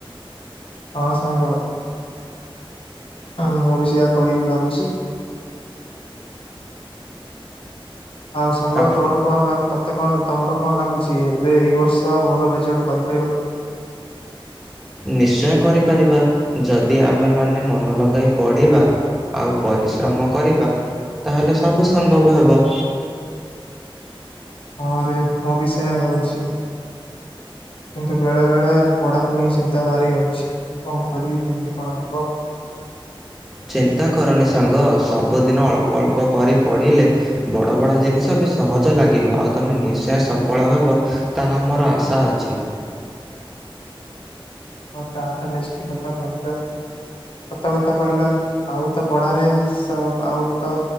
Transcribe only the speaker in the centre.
ଆପ
ନିଶ୍ଚୟ କରିପାରିବା। ଯଦି ଆମେ ମାନେ ମନ ଲଗାଇ ପଢିବା ଆଉ ପରିଶ୍ରମ କରିବା ତାହେଲେ ସବୁ ସମ୍ଭବ ହବ।
ଚିନ୍ତା କରନି ସାଙ୍ଗ ସବୁଦିନ ଅଳ୍ପ ଅଳ୍ପ କରି ପଢିଲେ ବଡ ବଡ଼ ଜିନିଷ ବି ସହଜ ଲାଗିବ ଆଉ ତମେ ନିଶ୍ଚୟ ସଫଳ ହେବ ତାହା ମୋର ଆଶା ଅଛି।